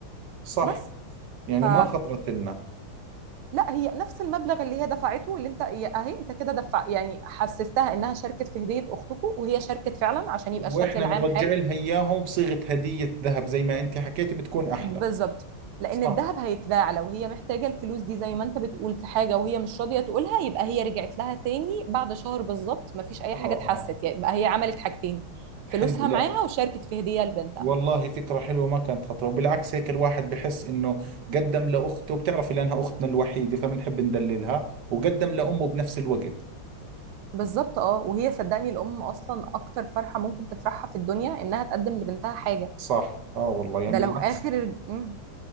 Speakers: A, on the right; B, on the right.
A: صح
B: بس
A: يعني
B: ف...
A: ما خطرت لنا
B: لا هي نفس المبلغ اللي هي دفعته اللي انت يا- اهي انت كده دفع يعني حسستها انها شاركت في هدية اختكم وهي شاركت فعلا عشان يبقى
A: واحنا
B: الشكل العام
A: بنرجع
B: حلو
A: لها اياهم بصيغة هدية ذهب زي ما انت حكيتي بتكون
B: بالظبط
A: احلى
B: لان
A: صح
B: الذهب هيتباع لو هي محتاجة الفلوس دي زي ما انت بتقول في حاجة وهي مش راضية تقولها يبقى هي رجعت لها تاني بعد شهر بالظبط مفيش اي
A: اه
B: حاجة اتحست
A: اه
B: يعني يبقى هي عملت حاجتين فلوسها
A: حلو لا
B: معاها وشاركت في هدية لبنتها
A: والله فكرة حلوة ما كانت خطرة وبالعكس هيك الواحد بحس انه قدم لاخته بتعرفي لانها اختنا الوحيدة فبنحب ندللها وقدم لامه بنفس الوقت
B: بالظبط اه وهي صدقني الام اصلا اكتر فرحة ممكن تفرحها في الدنيا انها تقدم لبنتها حاجة
A: صح اه والله يعني
B: ده
A: بالعكس
B: لو اخر مم.